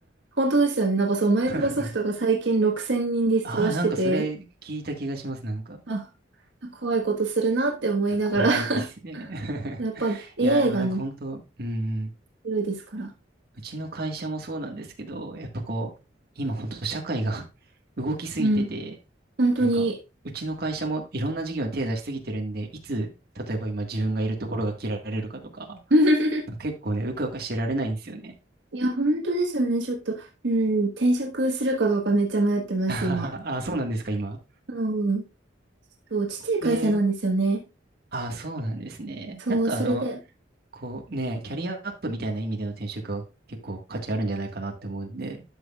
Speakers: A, on the right; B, on the right.
A: 本当ですよね。なんかそう、マイクロソフトが最近6000人リストラしてて、
B: <laughs> ああ、なんかそれ聞いた気がします。なんか、
A: あ、怖いことするなって思いながら
B: 怖いっすね。
A: <laughs>
B: <laughs>
A: やっぱり AI
B: いや、でもなんか本当、
A: がね、
B: うん、
A: 強いですから。
B: うちの会社もそうなんですけど、やっぱこう、今本当社会が <laughs> 動きすぎてて、
A: うん。本当に。
B: なんか、うちの会社もいろんな事業に手出しすぎてるんで、いつ、例えば今自分がいるところが切られるかとか、
A: <laughs>
B: 結構ね、うかうかしてられないんですよね。
A: いや、本当ですよね。ちょっと、うん、転職するかどうかめっちゃ迷ってます、
B: <laughs> ああ、
A: 今。
B: そうなんですか、今。
A: うん。そう、ちっちゃい会社なんですよね。
B: で、ああ、そうなんですね。なんかあの、
A: そう、それで、
B: こうね、キャリアアップみたいな意味での転職は結構価値あるんじゃないかなって思うんで、